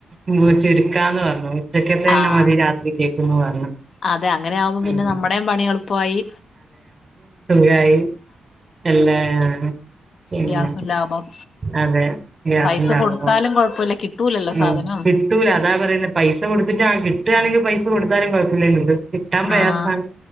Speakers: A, on the right (about 35°); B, on the left (about 60°).
A: ന്ന് ച്ചുരുക്കാന്ന് പർഞ്ഞു ഉച്ചക്കത്തെന്നെ
B: ആഹ്
A: മതി രാത്രി കേക്കന്ന് പറഞ്ഞു
B: അതെ അങ്ങനെ ആവുമ്പോ പിന്നെ
A: ഉം
B: നമ്മുടെയും പണിം എളുപ്പായി
A: യി എല്ലാ ആ പിന്നെ
B: ഗ്യാസും ലാഭം
A: അതെ ഗ്യാസ്ണ്ടാനോ
B: പൈസ കൊടുത്താലും കൊഴപ്പല്ല കിട്ടൂലല്ലോ
A: എം
B: സാധനം
A: കിട്ടൂല അതാ പറയുന്നെ പൈസ കൊടുത്തിട്ട് കിട്ടാണെങ്കി പൈസ കൊടുത്താലും കുഴപ്പല്ലയ്നുത് കിട്ടാൻ പ്രയാസാണ്
B: ആഹ്